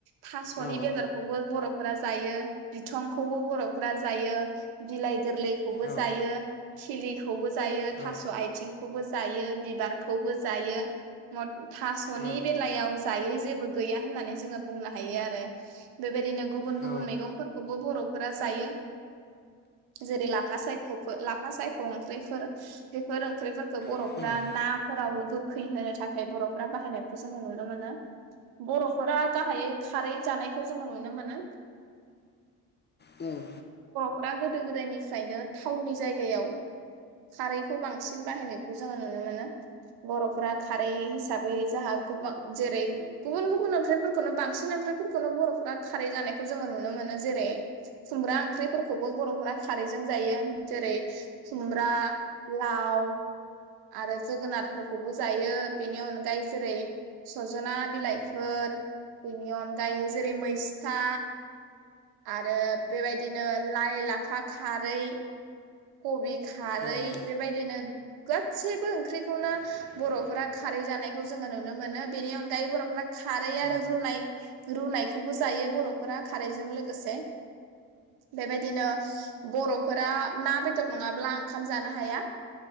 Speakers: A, on the right; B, on the left.
A: थासनि
B: औ
A: बेदरखौबो बर'फ फोरा जायो बिथंखौबो बर'फोरा जायो बिलाइ गोरलै खौबो
B: औ
A: जायो सिलिखौबो जायो थास'
B: औ
A: आइथिं खौबो जायो बिबारखौबो जायो थास'नि
B: औ
A: बेलायाव जायै जेबो गैया होननानै जोंङो बुंनो हायो आरो बेबायदिनो गुबुन गुबुन
B: औ
A: मैगंफोरखौबो बर' फोरा जायो। जेरै लाफासायखखो ला लाफा सायख' ओंख्रिफोर बेफोर ओंख्रिफोरखौ बर'फोरा
B: औ
A: नाफोराव गोखै होनो थाखाय बर'फोरा बाहायनायखौ जोंङो नुनो मोनो बर'फोरा गाहायै खारै जानायखौ जोंङो नुनो मोनो।
B: औ
A: फ्रा गोदो गोदायनिफ्रायनो थावनि जायगायाव खारैखौ बांसिन बाहायनायखौ जोङो नुनो मोनो बर'फोरा खारै हिसाबै जाहा गोबां जेरै गुबुन गुबुन ओंख्रि खौनो बांसिन ओंख्रिफोरखौनो बर'फोरा खारै जानायखौ जोंङो नुनो मोनो जेरै खुमब्रा ओंख्रिफोरखौबो बर'फोरा खारैजों जायो जेरै खुमब्रा लाव आरो जोगोनारफोरखौबो जायो बेनि अनगायै जेरै सजना बिलाइफोर बिनि अनगायै जेरै मै था आरो बेबायदिनो लाइ लाफा खारै कबि खारै
B: औ औ
A: बेबायदिनो गासैबो ओंख्रिखौनो बर'फोरा खारै जानायखौ जोंङो नुनो मोनो बेनि अनगायै बर'फोरा खारै
B: औ
A: आरो रुनाय रुनायखौबो जायो बर'फोरा खारैजों लोगोसे बेबायदिनो बर'फोरा ना बेदर नंङाब्ला ओंखाम जानो हाया।